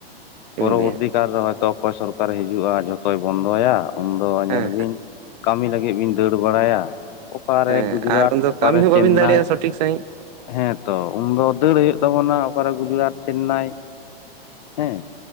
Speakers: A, on the left; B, on the right.
A: ᱯᱚᱨᱚᱵᱚᱨᱛᱤ
B: ᱞᱟᱹᱭᱟ
A: ᱠᱟᱨ ᱨᱮ ᱦᱚᱭᱛᱳ ᱚᱠᱚᱭ ᱥᱚᱨᱠᱟᱨᱮ ᱦᱤᱡᱩᱜᱼᱟ, ᱡᱷᱚᱛᱚᱭ ᱵᱚᱱᱫᱚᱭᱟ ᱩᱱᱫᱚ
B: ᱦᱮᱸ
A: ᱧᱮᱞ ᱵᱤᱱ ᱠᱟᱹᱢᱤ ᱞᱟᱹᱜᱤᱜ ᱵᱤᱱ ᱫᱟᱹᱲ ᱵᱟᱲᱟᱭᱟ ᱚᱠᱟᱨᱮ
B: ᱦᱮᱸ
A: ᱜᱩᱡᱽᱨᱟᱴ
B: ᱟᱨ ᱩᱱᱫᱚ
A: ᱚᱠᱟᱨᱮ
B: ᱠᱟᱹᱢᱤ ᱦᱚᱸ
A: ᱪᱮᱱᱱᱟᱭ
B: ᱵᱟᱹᱵᱤᱱ ᱫᱟᱲᱮᱭᱟᱜᱼᱟ
A: ᱾
B: ᱥᱚᱴᱷᱤᱠ ᱥᱟᱺᱦᱤᱡ
A: ᱦᱮᱸᱛᱚ ᱩᱱ ᱫᱚ ᱫᱟᱹᱲ ᱦᱩᱭᱩᱜ ᱛᱟᱵᱚᱱᱟ ᱚᱠᱟ ᱨᱮ ᱜᱩᱡᱨᱟᱴᱷ ᱪᱮᱱᱱᱟᱭ ᱦᱮᱸ᱾